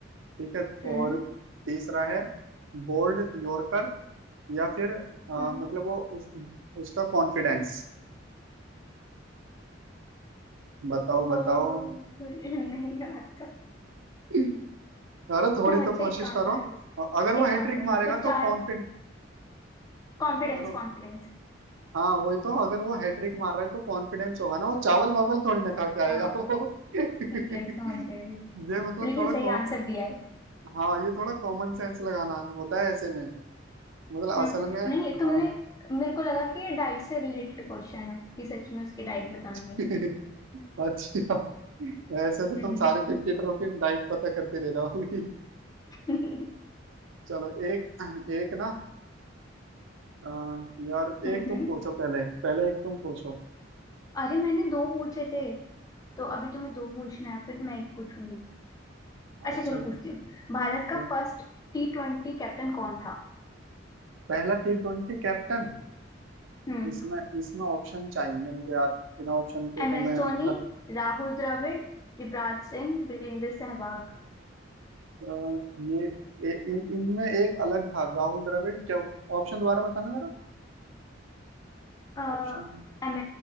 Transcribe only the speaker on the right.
ठीक है
और
तीसरा है बोल्ड यॉर्कर या फिर अ,
मतलब वो उस उसका कॉन्फिडेंस बताओ बताओ
<laughs> अरे थोड़ी
तो
कोशिश
करो
अ- अगर वो
हैट्रिक
मारेगा
तो कॉन्फिडेंस
अगर वो
हाँ वही तो अगर वो हैट्रिक मार रहा है तो कॉन्फिडेंस होगा ना वो चावल वावल थोड़ी ना खा के आएगा
वो <laughs> ये
मतलब
थोड़ा
को,
हाँ ये थोड़ा कॉमन सेंस लगाना होता है ऐसे में मतलब
असल में
हाँ
<laughs>
अच्छा ऐसे तो तुम
सारे क्रिकेटरों की डाइट पता करती रह जाओगी
चलो एक एक ना अ, यार
एक तुम पूछो पहले पहले एक तुम पूछो
अच्छा
तो
पहला टी ट्वेंटी कैप्टन
इसमें इसमें ऑप्शन चाहिए मुझे यार बिना ऑप्शन के
तो
मैं
मतलब
अ, ये ए- इन इनमें एक अलग था राहुल द्रविड़ क्या ऑप्शन दोबारा बताना जरा
ऑप्शन